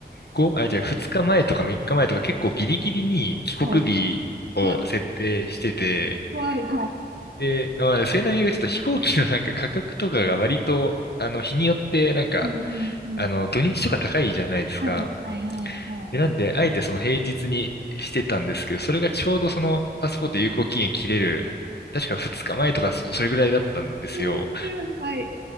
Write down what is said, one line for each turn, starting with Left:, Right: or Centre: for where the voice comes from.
Left: こあ、じゃあ2日前とか3日前とか結構ギリギリに帰国日を設定してて、
Right: はい。わ怖いはい。
Left: で、まあ、それの理由はちょっと飛行機のなんか価格とかが割と、あの、日によってなんか、
Right: うんうんうん。
Left: あの、土日とか高いじゃないですか。
Right: はいはいはいはい。
Left: で、なんで、あえてその平日にしてたんですけど、それがちょうどそのパスポート有効期限切れる、確か2日前とかそそれぐらいだったんですよ。
Right: うんうんはい。